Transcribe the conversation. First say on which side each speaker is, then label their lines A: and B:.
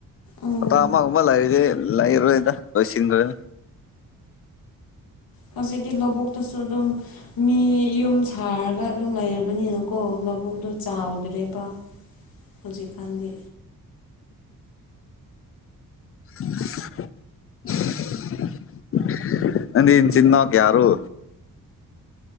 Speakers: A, on the left (about 85°); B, on the left (about 40°).
A: ꯎꯝ
B: ꯍꯥꯞꯇ ꯑꯃ ꯑꯃ ꯂꯩꯔꯗꯤ ꯂꯩꯔꯣꯏꯗ ꯂꯣꯏꯁꯤꯟꯒ꯭ꯔꯅꯤ
A: ꯍꯧꯖꯤꯛꯇꯤ ꯂꯧꯕꯨꯛꯇꯁꯨ ꯑꯗꯨꯝ ꯃꯤ ꯌꯨꯝ ꯁꯥꯔꯒ ꯑꯗꯨꯝ ꯂꯩꯔꯕꯅꯤꯅꯀꯣ ꯂꯕꯨꯛꯇꯣ ꯆꯥꯎꯗ꯭ꯔꯦꯕ ꯍꯧꯖꯤꯛ ꯀꯥꯟꯗꯤ
B: <unintelligible> ꯅꯪꯗꯤ ꯅꯆꯤꯟ ꯅꯅꯥꯎ ꯀꯌꯥꯔꯣ